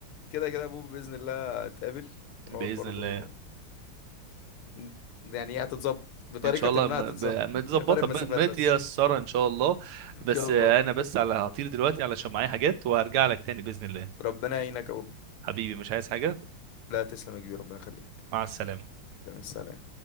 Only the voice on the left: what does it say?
كده كده ابوه باذن الله هتقابل ونقعد
برضو
ن- يعني هي هتتظبط بطريقه
ما
هتتظبط
<laughs> فرق المسافات
بس
ان
شاء الله
ربنا يعينك يا بوب
لا تسلم يا كبير ربنا يخليك
سلام